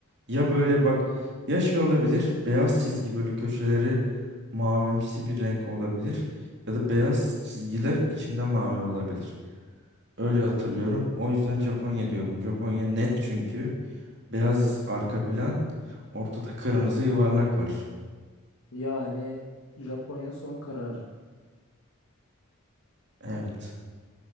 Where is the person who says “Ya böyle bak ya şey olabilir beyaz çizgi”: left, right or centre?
Right